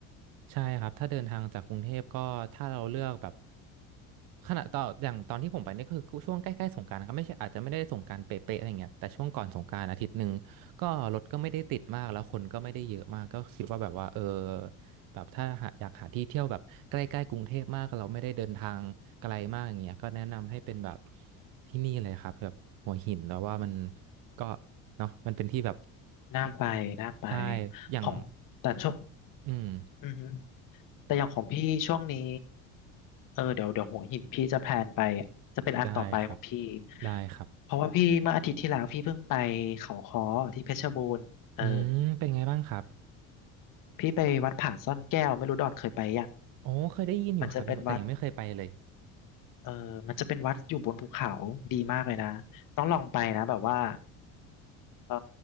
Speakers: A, on the right; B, on the left.
A: ใช่ครับถ้าเดินทางจากกรุงเทพก็ถ้าเราเลือกแบบขณะต่ออย่างตอนที่ผมไปนี่คือช่วงใกล้ๆสงกรานต์นะครับไม่ใช่อาจจะไม่ได้สงกรานต์เป๊ะๆอะไรเงี้ยแต่ช่วงก่อนสงกรานต์อาทิตย์หนึ่งก็รถก็ไม่ได้ติดมากแล้วคนก็ไม่ได้เยอะมากก็คิดว่าแบบว่าเออ
B: อืม
A: แบบถ้าหาอยากหาที่เที่ยวแบบใกล้ๆกรุงเทพมากเราไม่ได้เดินทางไกลมากอย่างเงี้ยก็แนะนำให้เป็นแบบที่นี่เลยครับแบบหัวหินแล้วว่ามันก็เนาะมันเป็นที่แบบ
B: น่าไปน่าไป
A: ใช่อย่าง
B: ของแต่ช่วง
A: อืม
B: อือฮึแต่อย่างของพี่ช่วงนี้เออเดี๋ยวเดี๋ยวหัวหินพี่จะแพลนไปจะเป็นอันต่อไปของพี่
A: ได้ครับได้ครับ
B: เพราะว่าพี่เมื่ออาทิตย์ที่แล้วพี่เพิ่งไปเขาค้อที่เพชรบูรณ์เออ
A: อืมเป็นไงบ้างครับ
B: พี่ไปวัดผาซ่อนแก้วไม่รู้ดอนเคยไปยัง
A: อ๋อเคยได้ยินอยู่ครับยังแต่ยังไม่เคยไปเลย
B: มันจะเป็นวัด เออมันจะเป็นวัดอยู่บนภูเขาดีมากเลยนะ ต้องลองไปนะแบบว่าเออ